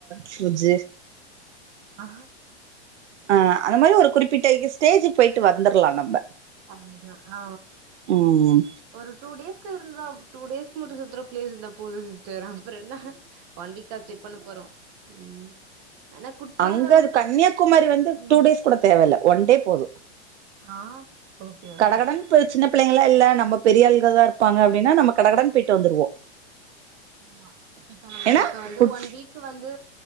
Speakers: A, on the right (about 80°); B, on the right (about 40°).
A: புஜு
B: ஆ
A: ஆ அந்த மாரி ஒரு குறிப்பிட்ட இ ஸ்டேஜுக்கு போயிட்டு வந்துறலா நம்ம
B: அதுதா ஆ
A: ம்
B: ஒரு டூ டேஸ்கு இருந்தோ டூ டேஸ்க்கு மட்டு சுத்துர ப்ளேஸ் இருந்தா போதுசிடஸ்டர் அப்பறோ என்ன ம் ஒன் வீக்கா செக் பண்ண போறோ ம் ஆனா குற்றாலம்
A: அங்க கன்னியாகுமரி வந்து
B: ம்
A: டூ டேஸ் கூட தேவ இல்ல ஒன் டே போது
B: ஆ ஓகே ஓகே
A: கடகடன் ப சின்ன பிள்ளைங்களா இல்ல நம்ம பெரியாள் இங்க தா இருப்பாங்க அப்டின்னா நம்ம கடகடன் போய்ட்டு போயிட்டு வந்துருவோ
B: ஆமா இப்ப நமக்கு
A: ஏன்னா
B: இப்ப வந்து
A: குட்
B: ஒன் வீக் வந்து